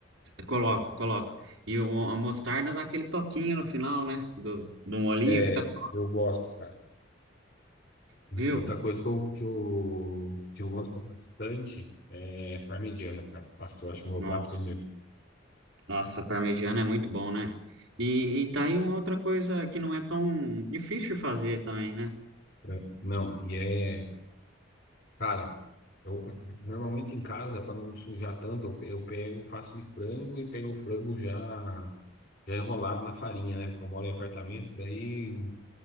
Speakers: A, on the right; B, on the left.
A: Coloco, coloco. E o- a mostarda dá aquele toquinho no final, né? Do, do molhinho,
B: É,
A: fica. top,
B: eu gosto, cara.
A: Viu?
B: Outra coisa que eu, que eu, que eu gosto bastante é parmegiana, cara. Nossa, eu acho que é o meu
A: Nossa.
B: prato predileto.
A: Nossa, parmegiana é muito bom, né? E, e tá aí uma outra coisa que não é tão difícil de fazer também, né?
B: É. Não, e é, cara, eu normalmente em casa, para não sujar tanto, eu, eu pego, faço de frango e pego o frango já já enrolado na farinha, né? Porque eu moro em apartamento, daí